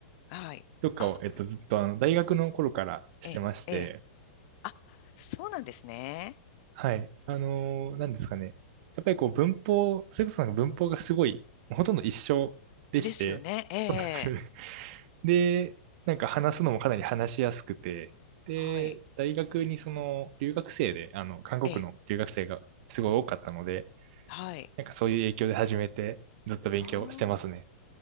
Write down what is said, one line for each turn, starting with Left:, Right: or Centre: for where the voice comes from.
Left: はい。
Right: とかを、
Left: あ、
Right: えっと、ずっとあの大学の頃からしてまして、
Left: ええ、ええ。あ、そうなんですね。
Right: はい。あのーなんですかね。やっぱりこう文法、それこそなんか文法がすごい、ほとんど一緒でして、
Left: ですよね。ええ、
Right: そうなんですよね。<laughs> で、なんか話すのもかなり話しやすくて、で、
Left: はい。
Right: 大学にその留学生で、あの、韓国の留学生がすごい多かったので、
Left: ええ、はい。
Right: なんかそういう影響で始めて、ずっと勉強してますね。
Left: ああ。